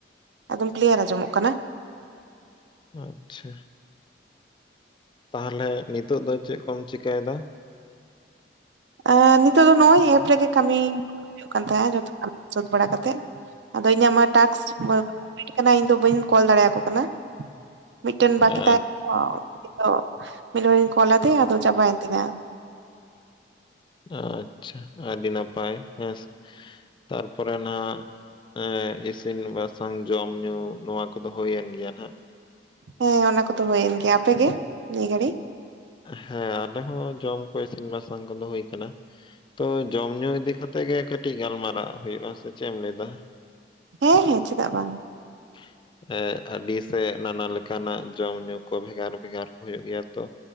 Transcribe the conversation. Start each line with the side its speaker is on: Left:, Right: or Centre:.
Right: ᱮᱠᱫᱚᱢ ᱠᱤᱞᱤᱭᱟᱨ ᱟᱸᱡᱚᱢᱚᱜ ᱠᱟᱱᱟ
Left: ᱟᱪ ᱪᱷᱟ ᱛᱟᱦᱮᱞᱮ ᱱᱤᱛᱚᱜ ᱫᱚ ᱪᱮᱫ ᱠᱚᱢ ᱪᱤᱠᱟᱹᱭ ᱮᱫᱟ
Right: ᱟᱸ ᱱᱤᱛᱚᱜ ᱫᱚ ᱱᱚᱜᱼᱚᱭ ᱮᱯ ᱨᱮᱜᱮ ᱠᱟᱹᱢᱤ ᱦᱩᱭᱩᱜ ᱠᱟᱱ ᱛᱟᱦᱮᱸᱜ ᱡᱚᱛᱚ ᱠᱟᱹᱢᱤ ᱥᱟᱹᱛ ᱵᱟᱲᱟ ᱠᱟᱛᱮᱜ ᱟᱫᱚ ᱤᱧᱟᱹᱜ ᱢᱟ ᱴᱟᱥ ᱠᱚᱢᱯᱤᱴ ᱠᱟᱱᱟ ᱤᱧ ᱫᱚ ᱵᱟᱹᱧ ᱠᱚᱞ ᱫᱟᱲᱮ ᱟᱠᱚ ᱠᱟᱱᱟ ᱢᱤᱫᱴᱮᱱ ᱵᱟᱹᱠᱤ
Left: ᱟᱪ-
Right: ᱛᱟᱦᱮᱸ ᱫᱚ ᱢᱤᱫ ᱦᱚᱲᱤᱧ ᱠᱚᱞ ᱟᱫᱮᱭᱟ ᱟᱫᱚ ᱪᱟᱵᱟᱭᱮᱱ ᱛᱱᱟ
Left: ᱟᱪᱪᱷᱟ ᱟᱹᱰᱤ ᱱᱟᱯᱟᱭ ᱦᱮᱸᱥᱮ ᱛᱟᱨᱯᱚᱨᱮ ᱱᱟᱱᱟᱜ ᱮᱸ ᱤᱥᱤᱱ ᱵᱟᱥᱟᱝ ᱡᱚᱢ ᱧᱩ ᱱᱚᱣᱟ ᱠᱚᱫᱚ ᱦᱩᱭᱮᱱ ᱜᱮᱭᱟ ᱱᱟᱜ
Right: ᱦᱮᱸ ᱚᱱᱟ ᱠᱚᱫᱚ ᱦᱩᱭᱮᱱ ᱜᱮᱭᱟ ᱟᱯᱮ ᱜᱮ ᱱᱤᱭᱟᱹ ᱜᱷᱟᱹᱲᱤᱡ
Left: ᱦᱮᱸ ᱟᱞᱮ ᱦᱚᱸ ᱡᱚᱢ ᱠᱚ ᱤᱥᱤᱱ ᱵᱟᱥᱟᱝ ᱠᱚᱫᱚ ᱦᱩᱭ ᱟᱠᱟᱱᱟ ᱛᱚ ᱡᱚᱢ ᱧᱩ ᱤᱫᱤ ᱠᱟᱛᱮ ᱜᱮ ᱠᱟᱹᱴᱤᱡ ᱜᱟᱞᱢᱟᱨᱟᱜ ᱦᱩᱭᱩᱜᱳᱼᱟ ᱥᱮ ᱪᱮᱫ ᱮᱢ ᱞᱟᱹᱭᱮᱫᱟ
Right: ᱦᱮᱸ ᱦᱮᱸ ᱪᱮᱫᱟᱜ ᱵᱟᱝ
Left: <inaudible> ᱮ ᱟᱹᱰᱤ ᱥᱮ ᱱᱟᱱᱟ ᱞᱮᱠᱟᱱᱟᱜ ᱡᱚᱢ ᱧᱩ ᱠᱚ ᱵᱷᱮᱜᱟᱨ ᱵᱷᱮᱜᱟᱨ ᱠᱚ ᱦᱩᱭᱩᱜ ᱜᱮᱭᱟ ᱛᱚ